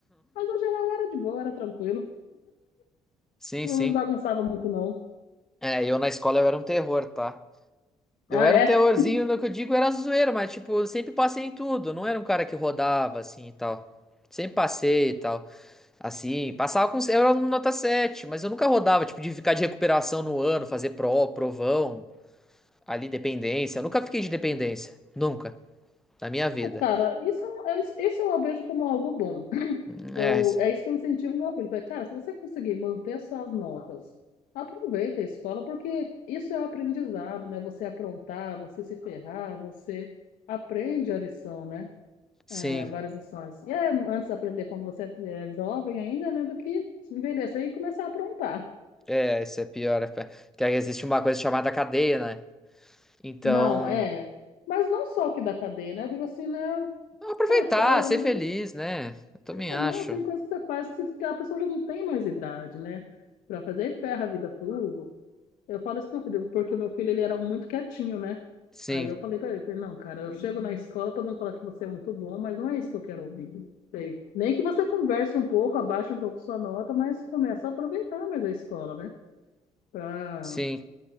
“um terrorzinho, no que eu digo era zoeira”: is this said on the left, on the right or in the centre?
Centre